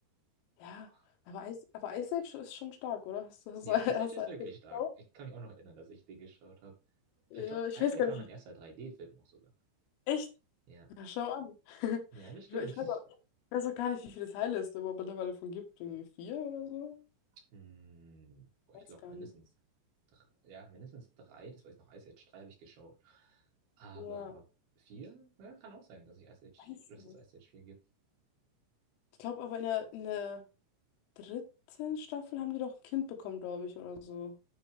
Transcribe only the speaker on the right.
Oh,
Ja,
Ice Age ist
wirklich stark.
Ich kann mich auch noch erinnern, dass ich den geschaut habe.
Ich glaube,
Ice
Age
war
mein erster 3D-Film auch sogar.
Ja.
Ja, das stimmt.
Hm, boah,
ich glaube
mindestens,
dr- ja, mindestens drei, das weiß ich noch, Ice Age 3 habe ich geschaut. Aber
ob vier, ja, kann auch sein, dass ich Ice Age,
dass
es Ice Age vier gibt.